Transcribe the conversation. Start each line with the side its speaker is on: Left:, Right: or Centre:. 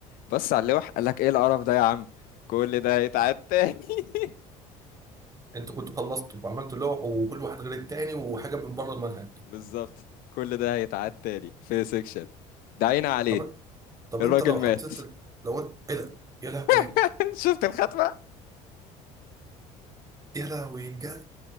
Left: بص على اللوح قال لك ايه القرف ده يا عم كل ده هيتعاد تاني <laughs>
Right: انتوا كنتوا خلصتوا وعملتوا لوح وكل واحد غير التاني وحاجه من بره المنهج
Left: بالظبط كل ده هيتعاد تاني في سيكشن دعينا عليه
Right: طب طب
Left: الراجل
Right: انت لو
Left: مات
Right: حطيت ال- لو انت ايه ده يا لهوي
Left: <laughs> شفت الخاتمه
Right: يا لهوي بجد